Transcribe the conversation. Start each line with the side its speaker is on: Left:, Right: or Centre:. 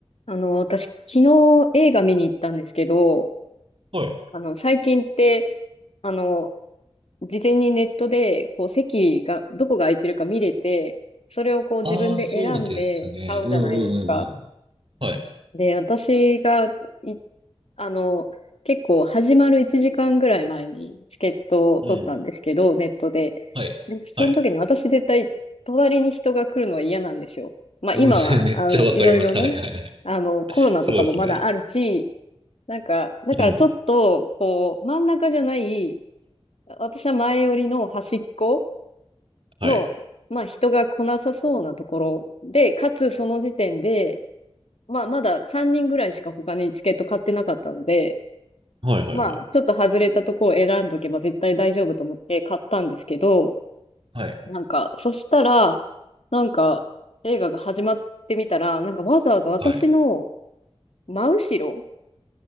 Left: あの、私、昨日映画見に行ったんですけど、
Right: はい。
Left: あの、最近って、あの、事前にネットで、こう、席が、どこが空いてるか見れて、それをこう、自分で選んで買うじゃないですか。
Right: ああ、そうですね。うんうんうんうん。はい。
Left: で、私が、い、あの、結構、始まる1時間ぐらい前にチケットを取ったんですけど、
Right: うん。
Left: ネットで。
Right: はい。
Left: で、
Right: はい。
Left: その時に私絶対、隣に人が来るのは嫌なんですよ。まあ、
Right: うん、
Left: 今は、
Right: <laughs> めっちゃわかります。
Left: あの、いろいろね、
Right: はいはいはい。
Left: あの、コロナとかもまだあるし、
Right: そうですね。
Left: なんか、だからちょっと、
Right: うん。
Left: こう、真ん中じゃない、私は前寄りの端っこ
Right: はい。
Left: の、まあ人が来なさそうなところで、かつその時点で、まあまだ3人ぐらいしか他にチケット買ってなかったので、
Right: はいはいはい。
Left: まあちょっと外れたところを選んどけば絶対大丈夫と思って買ったんですけど、
Right: はい。
Left: なんか、そしたら、なんか映画が始まってみたら、なんかわざわざ私の
Right: はい。
Left: 真後ろ